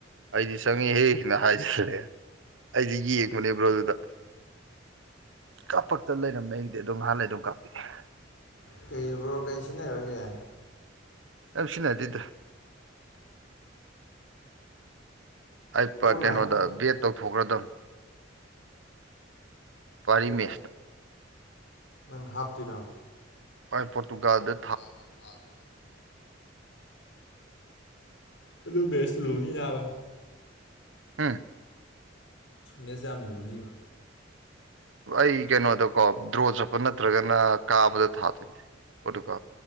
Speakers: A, on the right; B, on the left.
A: ꯑꯩꯗꯤ ꯆꯪꯉꯤꯍꯦ ꯅ ꯍꯥꯏꯖꯜꯂꯦ ꯑꯩꯗꯤ ꯌꯦꯡꯕꯅꯦꯕ꯭ꯔꯣ ꯑꯗꯨꯗ ꯀꯥꯞꯄꯛꯇ ꯂꯩꯔꯝꯃꯦꯒꯤꯗꯤ ꯑꯗꯨꯝ ꯍꯥꯥꯟꯂꯩ ꯑꯗꯨꯝ ꯀꯥꯄꯤꯛꯏ
B: ꯀꯩꯔꯤꯕ꯭ꯔꯣ ꯀꯩ ꯁꯤꯖꯤꯟꯅꯈ꯭ꯔꯒꯦ
A: ꯌꯥꯝ ꯁꯤꯅꯗꯤꯦꯗꯣ ꯑꯩ
B: ꯑꯣꯟꯂꯥꯏꯟꯗ
A: ꯀꯩꯅꯣꯗ ꯕꯦꯠ ꯇꯧꯊꯣꯛꯈ꯭ꯔꯗꯕ ꯄꯥꯔꯤ
B: ꯦ
A: ꯃꯦꯠꯁꯇ
B: ꯅꯪ ꯍꯥꯞꯇꯔꯥ
A: ꯄ ꯄꯣꯣꯔꯇꯨꯒꯜꯗ
B: ꯑꯗꯨ ꯑꯗꯨꯥ ꯑꯗꯨ ꯕꯦꯁ ꯂꯨꯅꯤ ꯌꯥꯕ
A: ꯎꯝ
B: ꯃꯦꯖ ꯌꯥꯝꯝ ꯂꯨꯅꯤꯕ
A: ꯑꯩ ꯀꯩꯅꯣꯗꯀꯣ ꯗ꯭ꯔꯣ ꯆꯠꯄ ꯅꯠꯇ꯭ꯔꯒꯅ ꯀꯥꯕꯗ ꯊꯥꯗꯣꯏꯅꯦ ꯄꯣꯠꯇꯀ